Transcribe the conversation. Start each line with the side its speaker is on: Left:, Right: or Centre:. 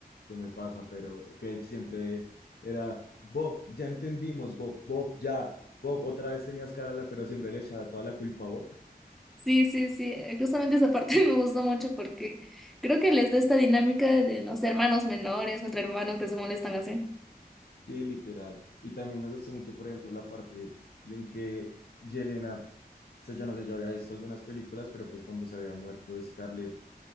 Left: se me pasa, pero que siempre era Bob, ya entendimos, Bob, Bob, ya, Bob, otra vez tenías que hablarla, pero siempre le echaba toda la culpa a Bob,
Centre: Sí, sí, sí, eh, justamente esa parte <laughs> me gustó mucho porque creo que les da esta dinámica de, no sé, hermanos menores o entre hermanos que se molestan así.
Left: <laughs> sí, literal. Y también me gustó mucho, por ejemplo, la parte de en que Yelena, o sea, yo no sé, yo había visto algunas películas, pero pues cuando se había muerto Scarlett,